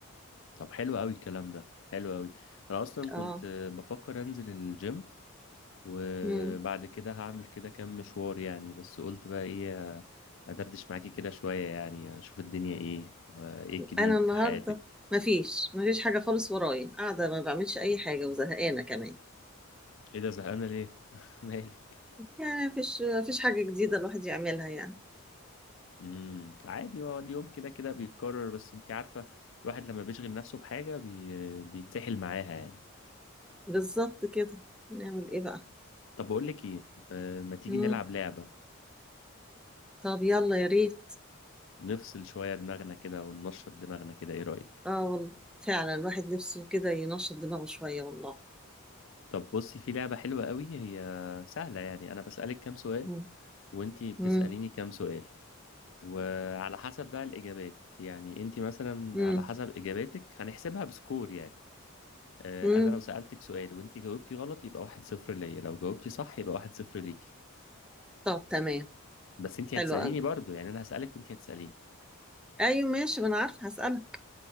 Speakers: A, on the left; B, in the centre.
A: طب حلو قوي الكلام ده حلو قوي انا اصلا كنت
B: اه
A: بفكر انزل الجيم وبعد
B: مم.
A: كده هعمل كده كام مشوار يعني بس قلت بقى ايه ادردش معاكي كده شوية يعني اشوف الدنيا ايه آه، ايه الجديد
B: انا النهارده
A: في حياتك
B: مفيش مفيش حاجه خالص ورايا قاعده ما بعملش اي حاجه وزهقانه كمان
A: ايه ده زهقانة ليه <laughs> مالك
B: يعني مفيش مفيش حاجه جديده الواحد يعملها يعني
A: امم عادي هو اليوم كده كده بيتكرر بس انت عارفة الواحد لما بيشغل نفسه بحاجة بي... بيتسحل معاها يعني
B: بالظبط كده نعمل ايه بقى
A: طب بقول لك ايه آه، ما تيجي
B: مم.
A: نلعب لعبة
B: طب يلا يا ريت
A: نفصل شوية دماغنا كده وننشط دماغنا كده ايه رأيك
B: اه والله فعلا الواحد نفسه كده ينشط دماغه شويه والله
A: طب بصي في لعبة حلوة قوي هي سهلة يعني انا بسألك كام سؤال
B: مم.
A: وانت بتسأليني
B: مم.
A: كام سؤال وعلى حسب بقى الإجابات يعني انت مثلا
B: مم.
A: على حسب إجاباتك هنحسبها بسكور يعني آه،
B: مم.
A: انا لو سألتك سؤال وانت جاوبتي غلط يبقى واحد صفر ليا لو جاوبتي صح يبقى واحد صفر ليكي
B: طب تمام
A: بس انت هتسأليني
B: حلو قوي
A: برضو يعني انا هسألك وانت هتسأليني
B: ايوه ماشي ما انا عارفه هسألك